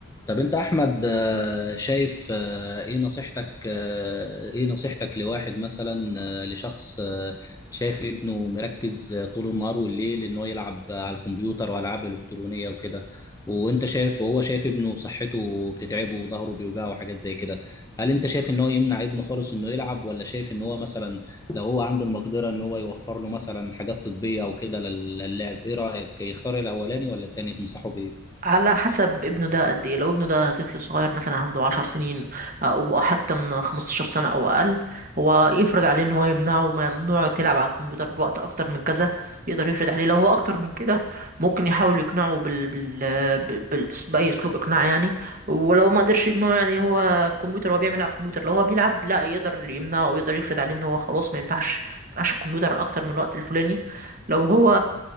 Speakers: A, on the left (about 15°); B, on the right (about 45°).
A: طب انت احمد آه، شايف آه، ايه نصيحتك آه، ايه نصيحتك لواحد مثلا آه، لشخص آه، شايف ابنه مركز آه، طول النهار والليل ان هو يلعب على الكمبيوتر والعاب الكترونيه وكده وانت شايف وهو شايف ابنه صحته بتتعبه وظهره بيوجعه وحاجات زي كده هل انت شايف ان هو يمنع ابنه خالص انه يلعب ولا شايف ان هو مثلا لو هو عنده المقدره ان هو يوفر له مثلا حاجات طبيه او كده لل- للعب ايه رايك يختار الاولاني ولا التاني تنصحه بيه
B: على حسب ابنه ده قد ايه لو ابنه ده طفل صغير مثلا عنده عشر سنين او حتى من خمستاشر سنة او اقل هو يفرض عليه ان هو يمنعه ممنوع تلعب على الكمبيوتر بوقت اكتر من كذا يقدر يفرض عليه لو هو اكتر من كده ممكن يحاول يقنعه بال... بال... بال... بال... باي اسلوب اقناع يعني ولو ما قدرش يقنعه يعني هو الكمبيوتر هو بيعمل على الكمبيوتر لو هو بيلعب لا يقدر يمنعه ويقدر يفرض عليه ان هو خلاص ما ينفعش ما ينفعش الكمبيوتر اكتر من الوقت الفلاني لو هو